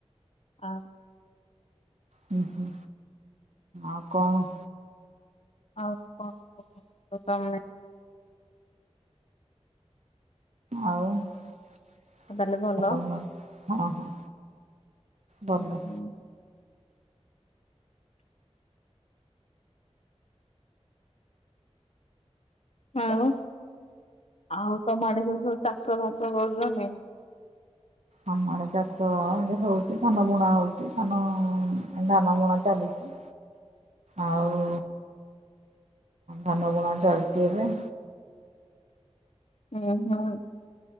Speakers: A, on the left; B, on the right.
A: ଆଉ
B: ହୁଁ ହୁଁ ଆଉ କଣ?
A: ଆଉ କଣ <unintelligible> ତମେ।
B: ଆଉ ଆଉ
A: ତାହେଲେ ଭଲ।
B: ତମ ଆଡ଼େ ହଁ ହଁ। ଭଲ।
A: ହଁ ହୁଁ। ଆଉ? ଆଉ ତମ ଆଡ଼େ କେମିତି ସବୁ ଚାଷ ବାସ କରୁଛନ୍ତି?
B: ଆମ ଆଡ଼େ ଚାଷ ହଉଛି, ଧାନ ବୁଣା ହଉଛି, ଧାନ ଧାନ ବୁଣା ଚାଲିଛି। ଆଉ ଧାନ ବୁଣା ଚାଲିଛି ଏବେ।
A: ହୁଁ ହୁଁ।